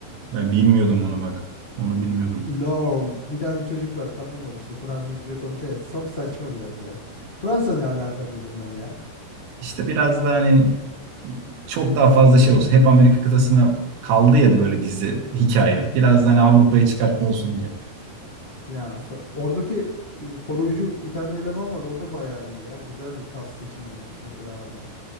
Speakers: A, on the right; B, on the left.
A: ben bilmiyordum onu bak. Onu bilmiyordum.
B: Lol bir tane çocuk var kadın var işte Fransızca konuşuyor. ya, Çok saçma biraz ya. Fransa ne alaka dedim ben ya.
A: İşte biraz da hani çok daha fazla şey olsun. Hep Amerika kıtasına kaldı ya böyle dizi hikaye. Biraz da hani Avrupa'ya çıkartma olsun diye.
B: Ya Fra- oradaki e, koruyucu bir tane eleman var o da bayağı iyi ya. Güzel bir kas seçimi olmuş mesela orada.